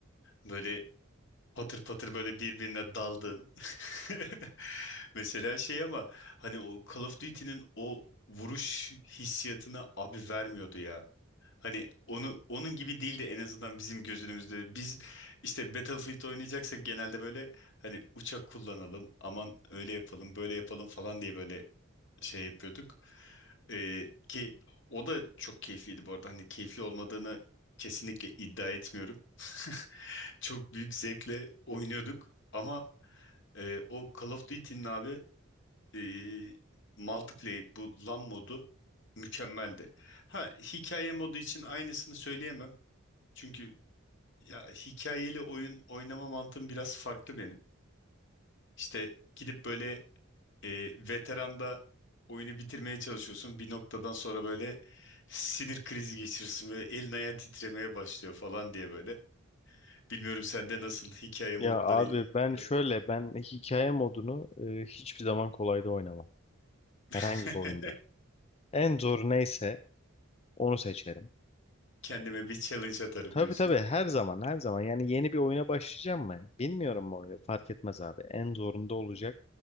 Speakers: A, on the left; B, on the left.
A: böyle patır patır böyle birbirine daldın. <laughs> Mesela şey ama hani o Call of Duty'nin o vuruş hissiyatını abi vermiyordu ya. Hani onu onun gibi değildi en azından bizim gözümüzde. Biz işte Battlefield oynayacaksak genelde böyle hani uçak kullanalım, aman öyle yapalım, böyle yapalım falan diye böyle şey yapıyorduk. Ee, ki o da çok keyifliydi bu arada. Hani keyifli olmadığını kesinlikle iddia etmiyorum. <laughs> Çok büyük zevkle oynuyorduk ama e, o Call of Duty'nin abi e, multiplayer bu LAN modu mükemmeldi. Ha hikaye modu için aynısını söyleyemem. Çünkü ya hikayeli oyun oynama mantığım biraz farklı benim. İşte gidip böyle e, veteranda oyunu bitirmeye çalışıyorsun. Bir noktadan sonra böyle sinir krizi geçirirsin ve elin ayağın titremeye başlıyor falan diye böyle. Bilmiyorum sende nasıl hikaye modlarıyla
B: Ya abi ben
A: aran?
B: şöyle ben hikaye modunu e, hiçbir zaman kolayda oynamam. Herhangi
A: <laughs>
B: bir oyunda. En zor neyse onu seçerim.
A: kendime bir challenge atarım
B: Tabii
A: diyorsun.
B: tabii her zaman her zaman yani yeni bir oyuna başlayacağım mı? Bilmiyorum bu oyunu fark etmez abi. En zorunda olacak.